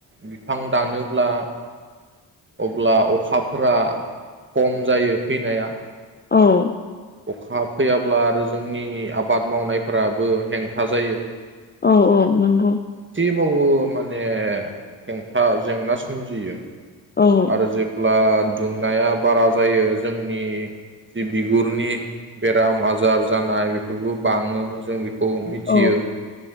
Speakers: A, on the right; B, on the left.
A: बिफां दानोब्ला अब्ला अखाफोरा खम जायो फैनाया
B: औ
A: अखा फैयाब्ला आरो जोंनि आबाद मावनायफोराबो हेंथा जायो
B: औ औ नोंगौ
A: औ‌ ओ माने हेंथा जेंना सोमजियो
B: औ
A: आरो जेब्ला दुंनाया बारा जायो जोंनि जि बिगुरनि बेराम आजार जानाय बेफोरखौ बाङो जों बे खौ मिथियो
B: औ